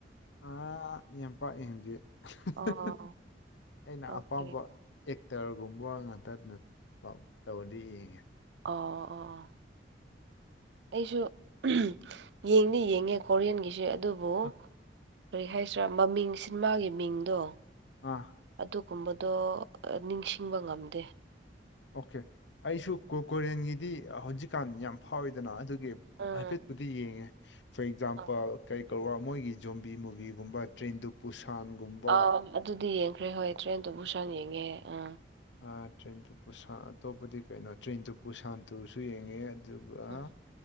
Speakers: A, on the left (about 80°); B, on the right (about 70°).
A: ꯑꯥ ꯌꯥꯝ ꯄꯥꯛ ꯌꯦꯡꯗꯦ <unintelligible>
B: ꯑꯣ
A: ꯑꯩꯅ
B: ꯑꯣꯀꯦ
A: ꯑꯄꯥꯝꯕ ꯑꯦꯛꯇꯔꯒꯨꯝꯕ ꯉꯥꯛꯇ ꯅꯠ ꯄꯥꯛ ꯇꯧꯔꯗꯤ ꯌꯦꯡꯉꯦ
B: ꯑꯣ ꯑꯣ ꯑꫭ ꯑꯩꯁꯨ <unintelligible> ꯌꯦꯡꯗꯤ ꯌꯦꯡꯉꯦ ꯀꯣꯔꯤꯌꯟꯒꯤꯁꯦ ꯑꯗꯨꯕꯨ
A: ꯑꯥ
B: ꯀꯔꯤ ꯍꯥꯏꯁꯤꯔ ꯃꯃꯤꯡ <unintelligible> ꯃꯥꯒꯤ ꯃꯤꯡꯗꯣ
A: ꯑ
B: ꯑꯗꯨꯒꯨꯝꯕꯗꯣ ꯅꯤꯡꯁꯤꯡꯕ ꯉꯝꯗꯦ
A: ꯑꯣꯀꯦ ꯑꯩꯁꯨ ꯀꯣꯀꯨꯔꯦꯟꯒꯤꯗꯤ ꯍꯧꯖꯤꯛꯀꯥꯟ ꯌꯥꯝ ꯐꯥꯎꯋꯤꯗꯅ ꯑꯗꯨ ꯒꯤ
B: ꯎꯝ
A: ꯍꯥꯏꯐꯦꯠꯄꯨꯗꯤ ꯌꯦꯡꯉꯦ ꯐꯣꯔ ꯑꯦꯛꯖꯥꯝꯄꯜ
B: ꯑ
A: ꯀꯩ ꯀꯧꯕ꯭ꯔ ꯃꯣꯏꯒꯤ ꯖꯣꯝꯕꯤ ꯃꯨꯚꯤꯒꯨꯝꯕ ꯇ꯭ꯔꯦꯟ ꯇꯨ ꯕꯨꯁꯥꯟꯒꯨꯝꯕ
B: ꯑꯥ ꯑꯗꯨꯗꯤ ꯌꯦꯡꯈ꯭ꯔꯦ ꯍꯣꯏ ꯇ꯭ꯔꯦꯟ ꯇꯨ ꯕꯨꯁꯥꯟ ꯌꯦꯡꯉꯦ ꯑ
A: ꯑ‌ ꯇ꯭ꯔꯦꯟ ꯇꯨ ꯕꯨꯁꯥꯟ ꯑꯇꯣꯞꯄꯗꯤ ꯀꯩꯅꯣ ꯇ꯭ꯔꯦꯟ ꯇꯨ ꯕꯨꯁꯥꯟ ꯇꯨꯁꯨ ꯌꯦꯡꯉꯦ ꯑꯗꯨꯒ
B: ꯎꯝ